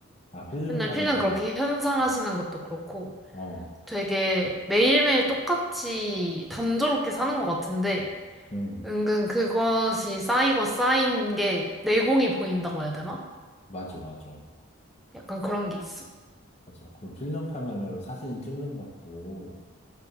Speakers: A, on the left (about 30°); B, in the centre.
A: 아, 필름
B: 맨날
A: 카메라.
B: 필름 그렇게 현상하시는
A: 어,
B: 것도 그렇고
A: 어,
B: 되게 매일매일 똑같이 단조롭게 사는 것 같은데
A: 음,
B: 은근 그것이 쌓이고 쌓인 게 내공이 보인다고 해야 되나?
A: 맞아, 맞아.
B: 약간 그런 게 있어.
A: 맞아. 그 필름 카메라로 사진 찍는 것도